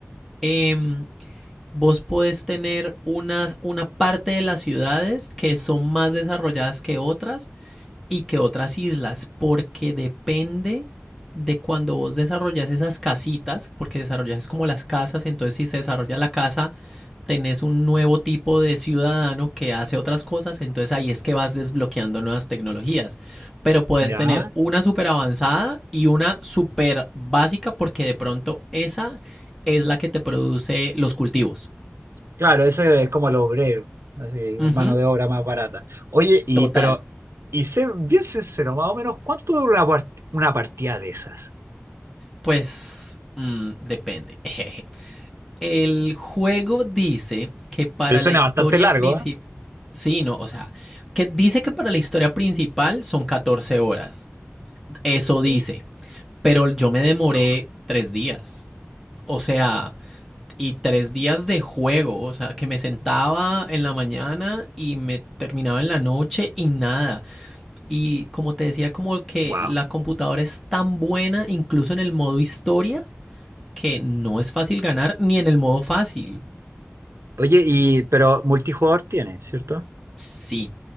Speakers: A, in the centre; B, on the right (about 60°).
A: em, vos podés tener unas, una parte de las ciudades que son más desarrolladas que otras y que otras islas, porque depende de cuando vos desarrollas esas casitas, porque desarrollas es como las casas, entonces si se desarrolla la casa, tenés un nuevo tipo de ciudadano que hace otras cosas, entonces ahí es que vas desbloqueando nuevas tecnologías. Pero puedes
B: ya.
A: tener una súper avanzada y una súper básica, porque de pronto esa es la que te produce los cultivos.
B: Claro, ese es como el obrero, así,
A: Uh
B: mano
A: -huh,
B: de obra más barata. Oye, y
A: total.
B: pero y sé bien sincero, más o menos, ¿cuánto dura una, part- una partida de esas?
A: Pues mm, depende. <laughs> Jeje. El juego dice que para
B: Pero suena
A: la historia
B: bastante largo,
A: principal, sí, no, o sea, que dice que para la historia principal son 14 horas. Eso
B: ¿eh?
A: dice, pero yo me demoré
B: No.
A: tres días. O sea, y tres días de juego, o sea, que me sentaba en la mañana y me terminaba en la noche y nada. Y como te decía, como que
B: Wow.
A: la computadora es tan buena, incluso en el modo historia, que no es fácil ganar ni en el modo fácil.
B: Oye, y pero multijugador tiene, ¿cierto?
A: Sí,